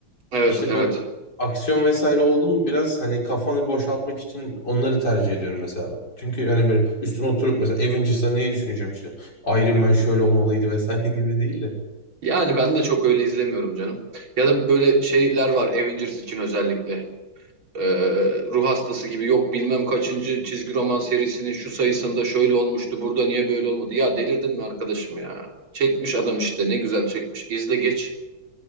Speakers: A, on the right (about 75°); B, on the left (about 50°).
A: Evet,
B: İşte
A: evet.
B: bu aksiyon vesaire oldu mu biraz hani kafanı boşaltmak için onları tercih ediyorum mesela ben. Çünkü hani böyle üstüne oturup mesela Avengers'ta neyi düşüneceğim işte. Iron Man şöyle olmalıydı vesaire <laughs> gibi değil de.
A: Yani ben de çok öyle izlemiyorum canım. Ya da böyle şeyler var Avengers için özellikle. Ee, ruh hastası gibi yok bilmem kaçıncı çizgi roman serisinin şu sayısında şöyle olmuştu burada niye böyle olmadı. Ya delirdin mi arkadaşım ya? Çekmiş adam işte ne güzel çekmiş. İzle geç.